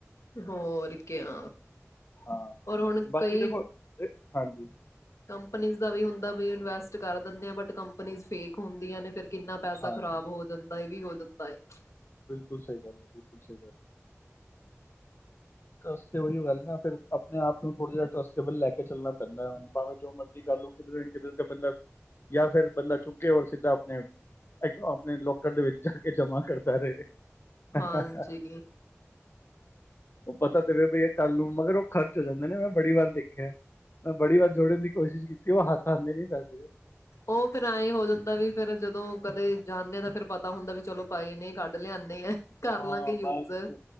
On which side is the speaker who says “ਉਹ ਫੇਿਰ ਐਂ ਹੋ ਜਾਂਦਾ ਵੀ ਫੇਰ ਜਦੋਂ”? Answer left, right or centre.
Left